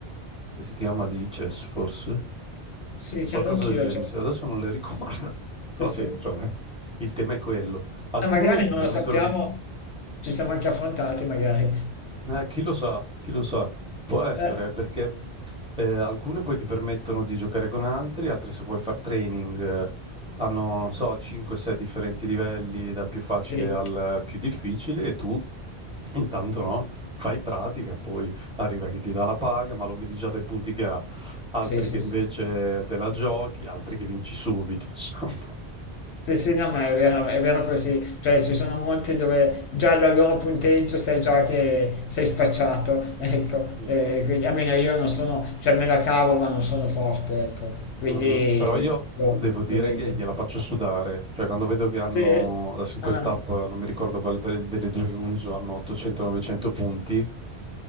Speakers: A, in the centre; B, on the left (about 80°).
A: che si chiama lì Chess, forse.
B: sì,
A: Qualcosa
B: credo anch'io,
A: del genere.
B: cioè,
A: Sì, adesso non le ricordo. <laughs>
B: sì
A: Però
B: sì,
A: sì, insomma,
B: e
A: il tema è quello. Alcune
B: magari
A: ti
B: non
A: permettono
B: lo sappiamo,
A: di
B: ci siamo anche affrontati magari,
A: Eh, chi lo sa, chi lo sa, può essere
B: <laughs> eh,
A: eh, perché eh, alcune poi ti permettono di giocare con altri, altre se vuoi far training eh, hanno, non so, 5-6 differenti livelli, dal più facile
B: sì,
A: al più difficile e tu intanto no, fai pratica, poi arriva chi ti dà la paga, ma lo vedi già dai punti che ha, altri
B: sì sì
A: che invece
B: sì,
A: te la giochi, altri che vinci subito, <laughs> insomma.
B: Sì, sì, no, ma è vero, è vero così, cioè ci sono molti dove già dal loro punteggio sai già che sei spacciato, <laughs> ecco,
A: Sì.
B: e quindi almeno io non sono, cioè me la cavo ma non sono forte, ecco, quindi
A: Mhm. Però io
B: lo,
A: devo dire
B: lo vedo.
A: che gliela faccio sudare, cioè quando vedo che hanno,
B: Sì,
A: adesso in quest'app,
B: ah,
A: non mi ricordo quale delle, delle due che uso, hanno 800-900 punti,